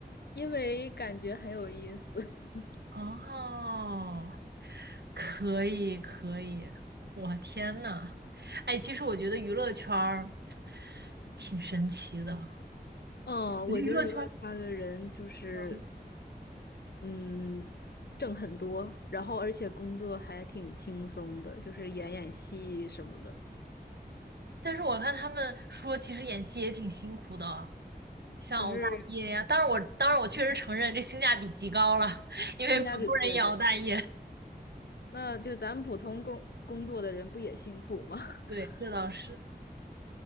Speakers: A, on the left; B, on the right.
A: 因为感觉很有意思。<laughs>
B: 哦，可以可以，我天呐，哎，其实我觉得娱乐圈儿挺神奇的，
A: 嗯，
B: 我觉得娱乐圈儿，
A: 我觉得娱乐圈儿的人就是
B: 嗯
A: 嗯，挣很多，然后而且工作还挺轻松的，就是演演戏什么的。
B: 但是我看他们说，其实演戏也挺辛苦的。像熬大夜呀、
A: 可是
B: 当然我当然我确实承认这性价比极高了，因为普通人也熬大夜。
A: 性价比特别高。
B: <laughs>
A: 那就咱们普通工工作的人不也辛苦吗？<laughs>
B: 对，这倒是，